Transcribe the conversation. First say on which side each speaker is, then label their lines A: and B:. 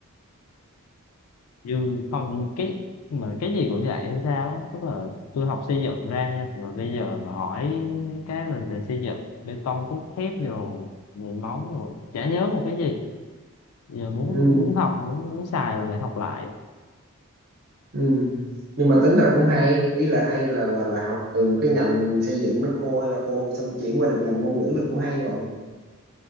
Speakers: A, on the left; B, on the right.
A: như không cái mà cái gì cũng vậy hay sao á. tức là tôi học xây dựng ra nha mà bây giờ mà hỏi mấy cái mình về xây dựng bê tông cốt thép rồi nền móng rồi chả nhớ một cái gì giờ muốn
B: ừ,
A: muốn học muốn muốn xài rồi lại học lại
B: ừ. nhưng mà tính ra cũng hay ý là hay là là là học từ một cái ngành xây dựng nó khô hay là khô xong chuyển qua được ngành ngôn ngữ là cũng hay rồi